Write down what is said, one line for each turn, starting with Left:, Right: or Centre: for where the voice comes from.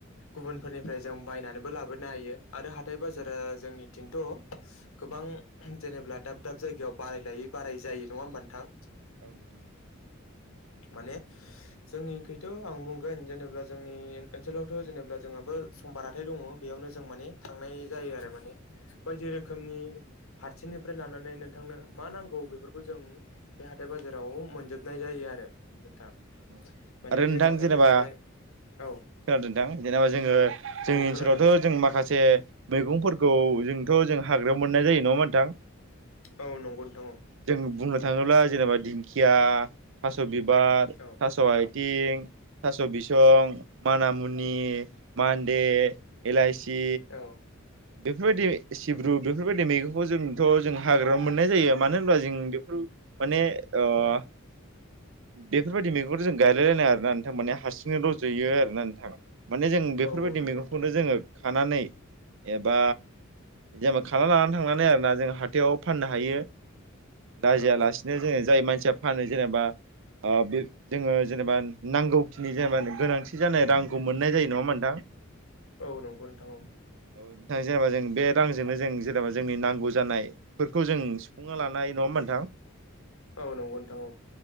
Left: गुबुन फोरनिफ्राइ जों बायनानैबो लाबोनो हायो आरो हाथाइ बाजारा
Right: नोंथां
Left: जोंनि बेथ' गोबां जेनेब्ला दाब दाब जायगायाव बाराय लायै बारायै जायो नङा होमबा नोंथां
Right: औ नोंथां
Left: माने जोंनि खैथ' आं बुंगोन जेनेबा जोंनि ओनसोलावथ' जेनेब्ला जोंहाबो ओ समबार हाथाइ दङ बेयावनो जों माने थांनाय जायो आरो माने बायदि
Right: औ
Left: रोखोमनि फारसेनिफ्राय लानानै नोंथांनो मा नांगौ बेफोरखौ जों बे हाथाय बाजाराव मोनजोबनाय जायो आरो नोंथां
Right: औ
Left: माने
Right: आरो नोंथां
Left: जोंहा होन
Right: जेनेबा
Left: ओरैजाय औ
Right: खोनादोंथां जेनेबा जोङो जोंनि
Left: औ
Right: ओनसोलावथ'
Left: खोनादों
Right: जों माखासे मैगंफोरखौ जोंथ' जों हाग्रायाव मोननाय जायो नङा होमबा नोंथां
Left: औ नंगौ नोंथां औ
Right: जों बुंनो थाङोब्ला जेनेबा दिंखि दिखाया थास' बिबार
Left: औ
Right: थास' आइथिं थास' बिसं मानाामुनि मान्दे इलाइसि
Left: औ
Right: बेफोरबायदि सिब्रु बेफोरबायदि मैगंखौ जोंथ' जों हाग्रायाव मोननाय जायो मानो होनब्ला जों बेफोर माने अह बेफोरबायदि मैगंखौ जों गायलायलायनाय आरोना नोंथां माने हारसार सिंनो रज'यो
Left: औ
Right: आरो ना नोथां माने जों
Left: औ
Right: बेफोरबायदि
Left: नंगौ
Right: मैगंखौनो
Left: नोंथां
Right: जोङो खानानै एबा जेनेबा खाना लानानै थांनानै आरोना जों हाथायाव फाननो हायो। लाजियालासिनो
Left: औ
Right: जोङो जाय मानसिया फानो जेनेबा ओ बे जोङो जेनेबा नांगौखिनि जेनेबा गोनांथि जानाय रांखौ मोननाय जायो नङा होनबा नोंथां?
Left: औ नंगौ नोंथां
Right: औ नोंथां जेनेबा जों बे रांजोंनो जों जेनेबा जोंनि नांगौ जानायफोरखौ जों सुफुंना लानो हायो नङा होनबा नोंथां?
Left: औ नंगौ नोंथां औ